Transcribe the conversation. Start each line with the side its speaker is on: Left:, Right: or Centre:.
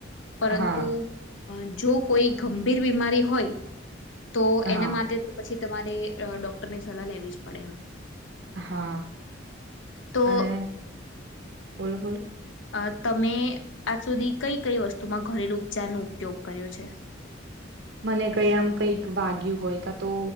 Left: પરંતુ
Right: હા
Left: જો કોઈ ગંભીર બીમારી હોય તો
Right: હા
Left: એના માટે પછી તમારે ડોક્ટરની સલાહ લેવી જ પડે એમ
Right: હા
Left: તો
Right: અને બોલો બોલ
Left: અ તમે આજ સુધી કઈ કઈ વસ્તુમાં ઘરેલુ ઉપચાર નો ઉપયોગ કર્યો છે
Right: મને કઈ આમ કઈક વાગ્યું હોય ક તો